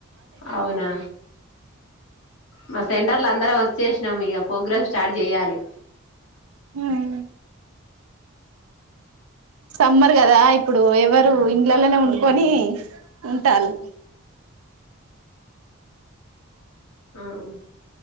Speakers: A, on the left; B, on the right.
A: అవునా మా సెంటర్ల అందరం వచ్చేష్ణం ఇగ ఫోగ్రామ్ స్ స్టార్ట్ జేయ్యాలి
B: హ్మ్ సమ్మర్ గదా ఇప్పుడు ఎవరు ఇండ్లలనే ఒండుకొని ఉంటాల్లు
A: ఆహ్